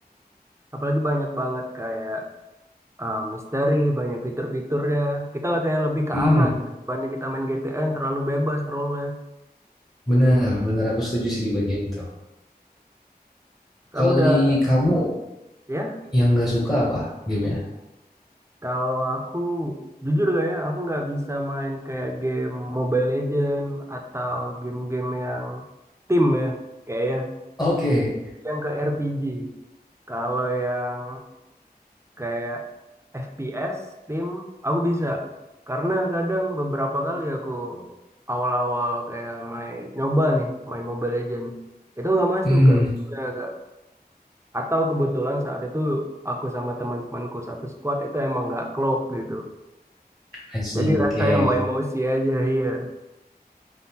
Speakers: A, on the right; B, on the left.
A: Apalagi banyak banget kayak eh, misteri, banyak fitur-fiturnya. Kita lah kayak lebih ke
B: Mm,
A: arah gitu. Dibanding kita main GTN, terlalu bebas role-nya.
B: bener bener aku setuju sih di bagian itu. Kalau
A: Aku udah,
B: dari kamu
A: ya,
B: yang nggak suka apa gamenya?
A: kalau aku jujur gak ya, aku nggak bisa main kayak game Mobile Legend atau game-game yang tim ya. Kayak ya,
B: Oke,
A: yang ke RPG. Kalau yang kayak FPS tim aku bisa karena kadang beberapa kali aku awal-awal kayak main nyoba nih main Mobile Legend itu nggak masuk
B: Mm,
A: ke ya, Kak. atau kebetulan saat itu aku sama teman-temanku satu squad itu emang nggak klop gitu
B: I see.
A: jadi
B: Oke,
A: rasanya mau emosi aja iya